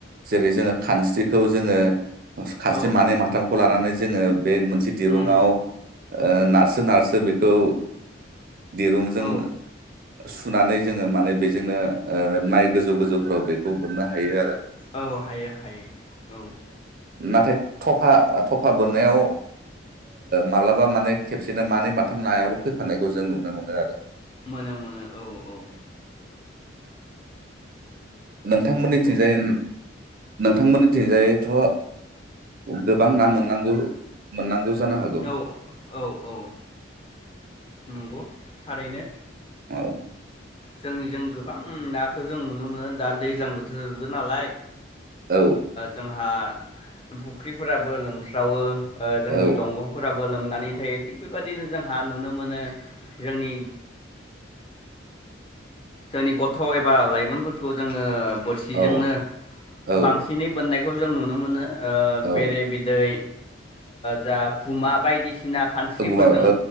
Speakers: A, on the right; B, on the left.
A: जेरै जोङो खानस्रिखौ जोङो खानस्रि
B: औ
A: मानै माथामखौ लानानै जोङो बे मोनसे दिरुुंआव
B: उम
A: नारसो नारसो बेखौ दिरुंजों
B: औ
A: सुनानै जोङो माने बेजोंनो माइ गोजौ गोजौफ्राव बेखौ बोननो हायो आरो
B: औ हायो हायो औ
A: नाथाय थफा थफा बोननायाव माब्लाबा माने खेबसेनो मानै माथाम नायाबो फैफाननायखौ जों नुनो मोनो आरो
B: मोनानो मोनो औ औ
A: नोंथांमोननि
B: नंगौ
A: थिंजाइ नोंथांमोननिथिंजायथ' गोबां ना मोननांगौ मोननांगौ जानो हागौ
B: औ औ औ औ नंगौ थारैनो
A: औ
B: जोंनिजों गोबां नाखौ जों नुनो मोनो दा दैज्लां बोथोरबो नालाय
A: औ
B: जोंहा फुख्रिफोराबो लोमस्रावो जोंनि
A: औ
B: दंगंफोराबो लोमनानै नाथाय थिग बेबायदिनो जोंहा नुनो मोनो जोंनि जोंनि गथ' एबा लाइमोनफोरखौ जोङो बोरसिजोंनो
A: औ औ
B: बांसिनै बोननायखौ जों नुनो मोनो ओ
A: औ
B: बेरे बिदै जा खुमा बायदिसिना सिना खान्स्रिफोरजों
A: औ औ